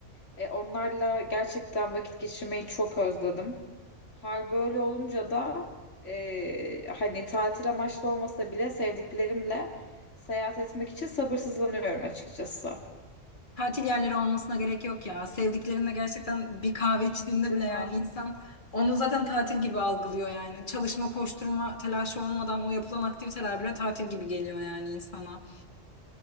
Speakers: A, on the left; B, on the left.
A: e, onlarla gerçekten vakit geçirmeyi çok özledim. Hal böyle olunca da e, hani tatil amaçlı olmasa bile sevdiklerimle seyahat etmek için sabırsızlanıyorum açıkçası.
B: Tatil yerleri olmasına gerek yok ya. Sevdiklerinle gerçekten bir kahve içtiğinde
A: Değil
B: bile yani
A: mi?
B: insan onu zaten tatil gibi algılıyor yani. Çalışma, koşturma, telaşı olmadan o yapılan aktiviteler bile tatil gibi geliyor yani insana.